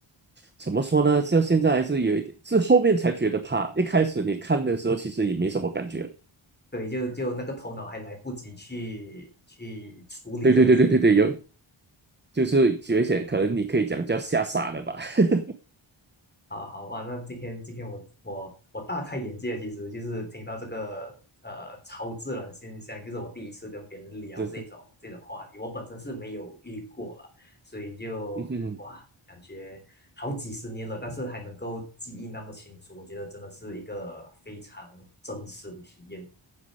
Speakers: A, on the right; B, on the left.
A: 怎么说呢？这现在还是有一点，是后面才觉得怕。一开始你看的时候，其实也没什么感觉。
B: 对，就就那个头脑还来不及去去处理这个，
A: 对对对对对对，有就是觉醒，可能你可以讲叫吓傻了吧，<laughs>
B: 好好哇，那今天今天我我我大开眼界，其实就是听到这个呃超自然现象，就是我第一次跟别人聊这种这种话题，
A: 就是。
B: 我本身是没有遇过了，所以就哇，
A: 嗯哼哼，
B: 感觉好几十年了，但是还能够记忆那么清楚，我觉得真的是一个非常真实的体验。